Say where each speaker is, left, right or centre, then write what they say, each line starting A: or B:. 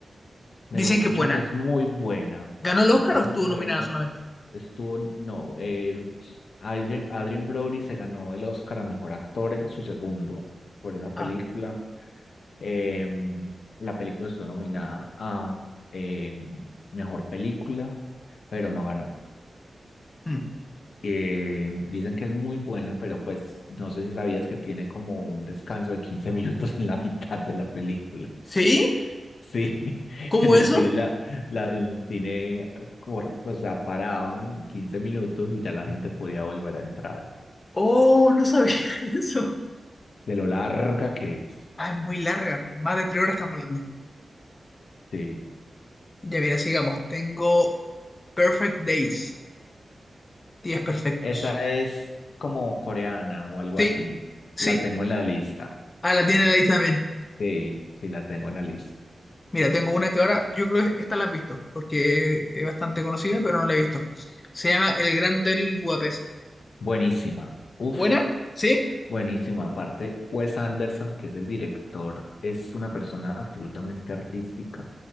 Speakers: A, on the left; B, on the left.
A: Me
B: Dicen
A: habían
B: que
A: dicho
B: es buena.
A: que es muy buena,
B: ¿Ganó el
A: que
B: Oscar
A: es muy
B: o estuvo
A: buena.
B: nominada solamente?
A: Estuvo, no, eh, Adrien, Adrien Brody se ganó el Oscar a mejor actor en su segundo por esa película.
B: Ah,
A: Eh, la película estuvo nominada a eh, mejor película, pero no ganó.
B: mm.
A: Eh, dicen que es muy buena, pero pues no sé si sabías que tiene como un descanso de 15 <laughs> minutos en la mitad de la película.
B: ¿Sí?
A: Sí, <laughs>
B: ¿Cómo
A: en el
B: eso?
A: cine, la, la- el cine cor- pues se paraban 15 minutos y ya la gente podía volver a entrar.
B: Oh, no sabía <laughs> eso.
A: De lo larga que es.
B: Ah, es muy larga. Más de tres horas estamos hablando.
A: Sí,
B: Ya, mira, sigamos. Tengo Perfect Days. Días perfectos.
A: esa es como coreana o algo
B: Sí,
A: así.
B: sí.
A: La tengo en la lista.
B: Ah, la tiene la lista también.
A: Sí, sí la tengo en la lista.
B: Mira, tengo una que ahora, yo creo que esta la has visto, porque es bastante conocida, pero no la he visto. Se llama El Gran Hotel Budapest.
A: Buenísima. Uf,
B: ¿Buena? ¿Sí?
A: buenísima. Aparte, Wes Anderson, que es el director, es una persona absolutamente artística